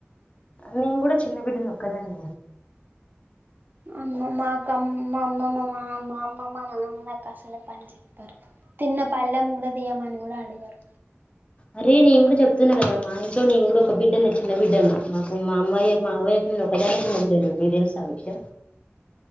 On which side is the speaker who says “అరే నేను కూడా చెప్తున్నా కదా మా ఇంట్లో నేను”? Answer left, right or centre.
Left